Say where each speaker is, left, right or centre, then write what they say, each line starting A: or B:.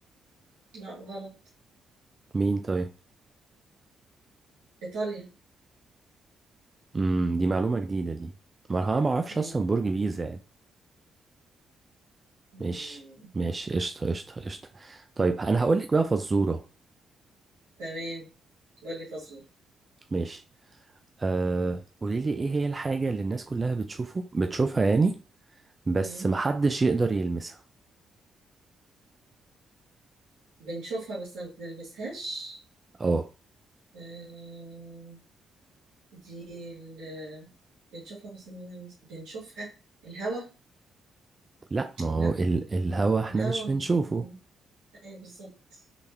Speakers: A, on the right (about 75°); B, on the right (about 30°).
A: لا غلط
B: مين طيب
A: ايطاليا
B: امم دي معلومة جديدة دي ما انا ما اعرفش
A: مم.
B: اصلا برج بيزا يعني
A: مم.
B: ماشي ماشي قشطة قشطة قشطة طيب انا هقول لك بقى
A: مم.
B: فزورة
A: تمام قول لي فاصلة
B: ماشي آه قولي لي ايه هي الحاجة اللي الناس كلها بتشوفه بتشوفها يعني بس
A: مم.
B: محدش يقدر يلمسها
A: بنشوفها بس ما بنلمسهاش
B: اه
A: آه، دي ال... بنشوفها بس من المس... بنشوفها الهوا
B: لا ما هو
A: لا
B: ال الهوا احنا
A: الهوا
B: مش بنشوفه
A: م- م- ايوه بالظبط